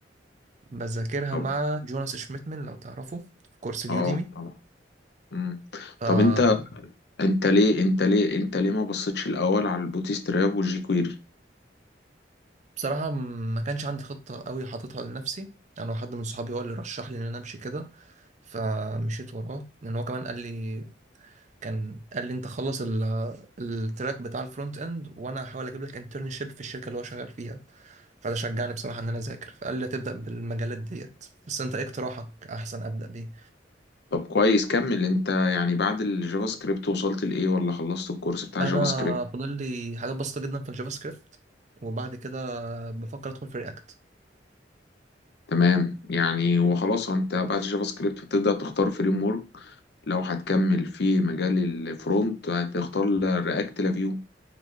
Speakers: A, on the right; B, on the left.
A: بذاكرها
B: طب
A: مع جوناس شميتمن لو تعرفه في كورس اليوديمي
B: اه طبعا مم.
A: فبصراحة
B: طب انت انت ليه انت ليه انت ليه ما بصيتش الاول على البوتي ستراب والجي كويري
A: ما كانش عندي خطة قوي حاططها لنفسي انا يعني حد من صحابي هو اللي رشح لي ان انا امشي كده فمشيت وراه لان هو كمان قال لي كان قال لي انت خلص ال- التراك بتاع الفرونت اند وانا هحاول اجيب لك انترنشيب في الشركه اللي هو شغال فيها فده شجعني بصراحه ان انا اذاكر فقال لي تبدا بالمجالات ديت بس انت ايه اقتراحك احسن ابدا بيه
B: طب كويس كمل انت يعني بعد الجافا سكريبت وصلت لايه ولا خلصت الكورس بتاع
A: انا
B: الجافا سكريبت
A: فاضل لي حاجات بسيطه جدا في الجافا سكريبت وبعد كده بفكر ادخل في رياكت
B: تمام يعني وخلاص انت بعد الجافا سكريبت بتبدأ تختار فريم ورك لو هتكمل في مجال الفرونت هتختار رياكت لافيو